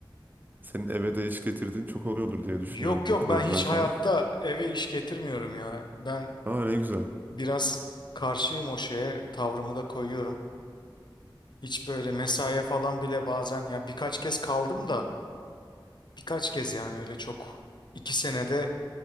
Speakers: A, on the right (about 20°); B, on the left (about 55°).
A: senin eve de iş getirdiğin çok oluyordur diye düşünüyorum
B: Yok yok
A: bu projeler
B: ben hiç
A: falan.
B: hayatta eve iş getirmiyorum ya. Ben
A: Aa ne güzel.
B: biraz karşıyım o şeye tavrımı da koyuyorum. Hiç böyle mesaiye falan bile bazen ya birkaç kez kaldım da birkaç kez yani öyle çok iki senede